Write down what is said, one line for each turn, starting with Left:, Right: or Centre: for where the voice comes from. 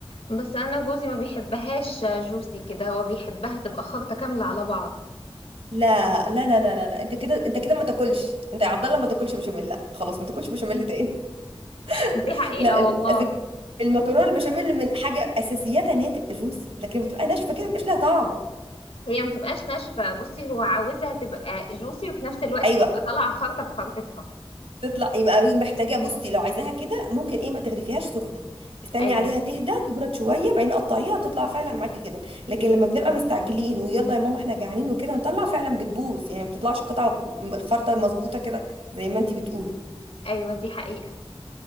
Left: بس أنا جوزي ما بيحبهاش جوسي كده هو بيحبها تبقى خلطة كاملة على بعض
Right: لا لا لا لا لا, لا. انت كده انت كده ما تاكلش انت يا عبد الله ما تاكلش بشاميل لا خلاص ما تاكلش بشاميل تاني
Left: دي
Right: <laughs>
Left: حقيقة
Right: لا ال-
Left: والله
Right: أذك- المكرونه البشاميل من حاجه اساسياتها ان هي تبقى جوسي لكن بتبقى ناشفه كده مبقاش لها طعم
Left: هي ما تبقاش ناشفة بصي هو عاوزها تبقى جوسي وفي نفس الوقت
Right: ايوه
Left: تبقى طالعة خلطة بخلطتها
Right: تطلع يبقى محتاجه بصي لو عايزاها كده ممكن ايه ما تغرفيهاش سخنه استني
Left: أيوه
Right: عليها تهدى تبرد شويه بعدين قطعيها تطلع فعلا معاكي كده لكن لما بنبقى مستعجلين ويلا يا ماما احنا جعانين وكده نطلع فعلا بتبوظ يعني ما بتطلعش قطعه م- الخرطه المظبوطه كده زي ما انتي بتقولي
Left: أيوه دي حقيقة